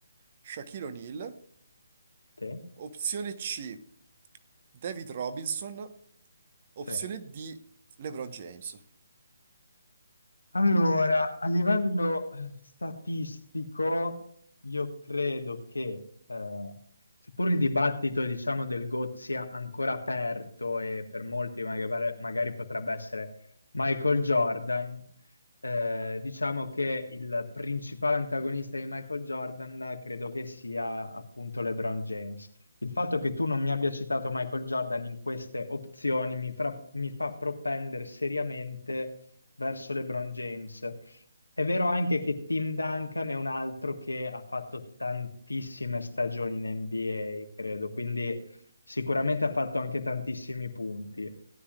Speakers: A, on the right (about 40°); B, on the left (about 80°).
A: Shaquille O'Neal.
B: sì,
A: Opzione C, David Robinson. Opzione
B: sì.
A: D, LeBron James.
B: Allora, a livello eh, statistico, io credo che, eh, seppur il dibattito, diciamo, del GOT sia ancora aperto e per molti magari, magari potrebbe essere Michael Jordan, eh, diciamo che il principale antagonista di Michael Jordan eh, credo che sia appunto LeBron James. Il fatto che tu non mi abbia citato Michael Jordan in queste opzioni mi fra- mi fa propendere seriamente verso LeBron James. È vero anche che Tim Duncan è un altro che ha fatto tantissime stagioni in NBA, credo, quindi sicuramente ha fatto anche tantissimi punti.